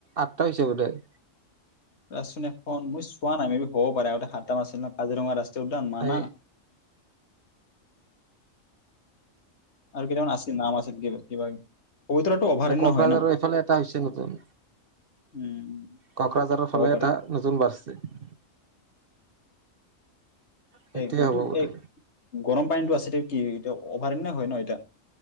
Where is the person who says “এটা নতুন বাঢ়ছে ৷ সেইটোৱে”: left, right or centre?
Right